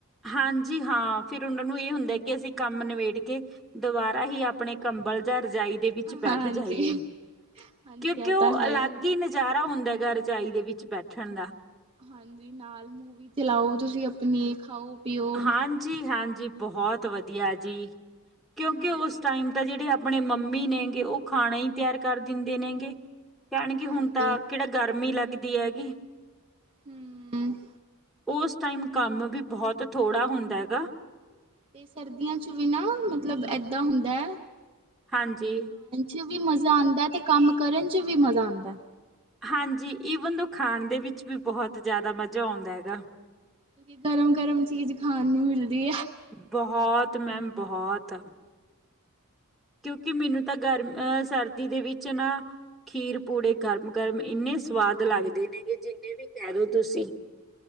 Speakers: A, in the centre; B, on the right (about 25°).
A: ਹਾਂਜੀ ਹਾਂ ਫਿਰ ਉਹਨਾਂ ਨੂੰ ਇਹ ਹੁੰਦਾ ਕਿ ਅਸੀਂ ਕੰਮ ਨਿਬੇੜ ਕੇ ਦੁਬਾਰਾ ਹੀ ਆਪਣੇ ਕੰਬਲ ਰਜਾਈ ਦੇ ਵਿੱਚ ਬੈਠ
B: ਹਾਂਜੀ
A: ਜਾਈਏ,
B: ਹਾਂਜੀ
A: ਕਿਉਂਕਿ
B: ਇਹ
A: ਉਹ
B: ਤਾਂ ਹੈ
A: ਅਲੱਗ ਹੀ ਨਜ਼ਾਰ ਰਾ ਹੁੰਦਾ ਹੈਗਾ ਰਜਾਈ ਦੇ ਵਿੱਚ ਬੈਠਣ ਦਾ।
B: ਹਾਂਜੀ ਨਾਲ ਮੂਵੀ ਚਲਾਓ ਤੁਸੀਂ ਆਪਣੀ ਖਾਓ। ਪੀਓ
A: ਹਾਂਜੀ -ਹਾਂਜੀ। ਜੀ ਬਹੁਤ ਵਧੀਆ ਜੀ। ਕਿਉਂਕਿ
B: ਹਾਂਜੀ
A: ਉਸ ਟਾਈਮ ਤਾਂ ਜਿਹੜੇ ਆਪ ਆਪਣੇ ਮੰਮੀ ਨੇਗੇ ਉਹ ਖਾਣਾ ਹੀ ਤਿਆਰ ਕਰ ਦਿੰਦੇ ਨੇਗੇ। ਕਹਿਣਗੇ ਕਿ
B: ਹਾਂਜੀ
A: ਹੁਣ ਤਾਂ ਕਿਹੜਾ ਗਰਮੀ ਲੱਗ ਦੀ ਹੈਗੀ।
B: ਹੂੰ,
A: ਉਸ ਟਾਈਮ ਕੰਮ ਵੀ ਬਹੁਤ ਥੋੜ੍ਹਾ ਹੁੰਦਾ ਗਾ।
B: ਤੇ ਸਰਦੀਆਂ ਚ ਵੀ ਨਾ ਮਤਲਬ ਏਦਾਂ ਹੁੰਦਾ ਐ।
A: ਹਾਂਜੀ,
B: ਚ ਵੀ ਮਜ਼ਾ ਆਂਦਾ ਤੇ ਕੰਮ ਕਰਨ ਚ ਵੀ ਮਜ਼ਾ ਆਂਦਾ।
A: ਹਾਂਜੀ ਈਵਨ ਦੋ ਖਾਣ ਦੇ ਵਿੱਚ ਵੀ ਬਹੁਤ ਜ਼ਿਆਦਾ ਮਜ਼ਾ ਆਉਂਦਾ ਹੈਗਾ।
B: ਕਿਉਂਕਿ ਗਰਮ- ਗਰਮ ਚੀਜ਼ ਖਾਣ ਨੂੰ ਮਿਲਦੀ ਐ।
A: ਬਹੁਤ ਮੈਮ ਬਹੁਤ ਕਿਉਂ ਕਿ ਮੈਨੂੰ ਤਾਂ ਗਰਮ ਅਹ ਸਰ ਸਰਦੀ ਦੇ ਵਿੱਚ ਨਾ ਖੀਰ ਪੂੜੇ ਗਰਮ -ਗਰਮ ਇੰਨੇ ਸਵਾਦ ਲੱਗਦੇ ਨੇਗੇ ਜਿੰਨੇ ਵੀ ਕਹਿ ਦੋ ਤੁਸੀਂ।